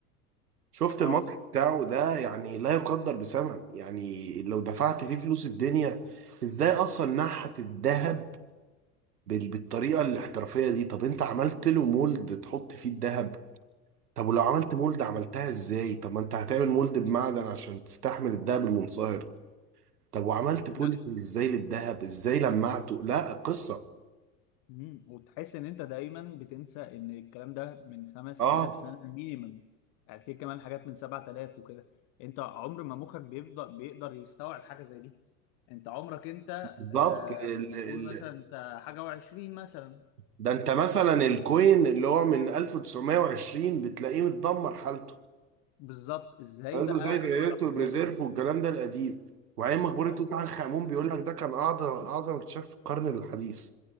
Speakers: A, on the right (about 75°); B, on the left (about 45°).
A: شفت
B: آه.
A: الماسك بتاعه ده يعني لا يقدر بثمن يعني لو دفعت فيه فلوس الدنيا ازاي اصلا نحت الذهب بال- بالطريقه الاحترافيه دي طب انت عملت له مولد تحط فيه الذهب طب ولو عملت مولد عملتها ازاي طب ما انت هتعمل مولد بمعدن عشان تستحمل الذهب المنصهر طب وعملت بوليسنج
B: لا
A: ازاي للذهب ازاي لمعته لا قصه
B: مم. وتحس ان انت دايما بتنسى ان الكلام ده من 5000
A: اه
B: سنه مينيمم يعني في كمان حاجات من 7000 وكده انت عمر ما مخك بيفضل بيقدر يستوعب حاجه زي دي انت عمرك انت
A: بالظبط
B: آه
A: ال- ال-
B: قول مثلا انت حاجه و20 مثلا
A: ده انت مثلا الكوين اللي هو من 1920 بتلاقيه متدمر حالته
B: بالظبط ازاي
A: انتوا
B: بقى
A: زي دايركت
B: عملوا حاجات
A: وبريزيرف والكلام ده القديم وعين مقبره
B: اه
A: توت عنخ امون بيقول لك ده كان اعظم اعظم اكتشاف في القرن الحديث